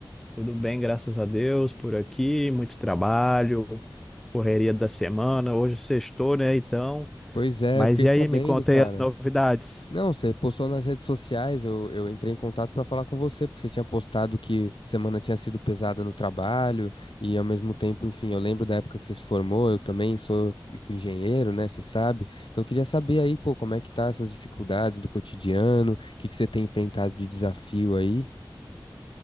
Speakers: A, in the centre; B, on the left (about 75°).
A: Tudo bem, graças a Deus, por aqui, muito trabalho, correria da semana, hoje sextou, né, então.
B: Pois é,
A: Mas
B: eu fiquei
A: e
B: sabendo,
A: aí, me conta
B: cara.
A: aí as novidades.
B: Não, você postou nas redes sociais, eu, eu entrei em contato pra falar com você, porque você tinha postado que semana tinha sido pesada no trabalho, e ao mesmo tempo, enfim, eu lembro da época que você se formou, eu também sou engenheiro, né, você sabe? Então eu queria saber aí, pô, como é que tá essas dificuldades do cotidiano, o que que você tem enfrentado de desafio aí?